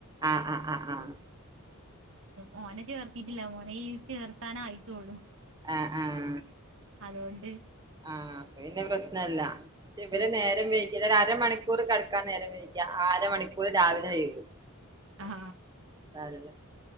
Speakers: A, on the right; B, on the right.
A: ആഹ് ആഹ് ആഹ്
B: ഉം മോനെ ചേർത്തീറ്റ്ല്ല മോനെ ഈ ചേർത്താനായിറ്റൊള്ളു
A: ആഹ് ആഹ്
B: അത് കൊണ്ട്
A: ആ അപ്പ പിന്നെ പ്രശ്നല്ല ഇവര്
B: ഉം
A: നേരം വൈകിയല് ഒര് അരമണി ക്കൂറ് കട്ക്കാൻ നേരം വൈക്യ ആ അരമണിക്കൂർ രാവിലെ വഴ്കും
B: ആഹ്
A: താലൊല്ലൊ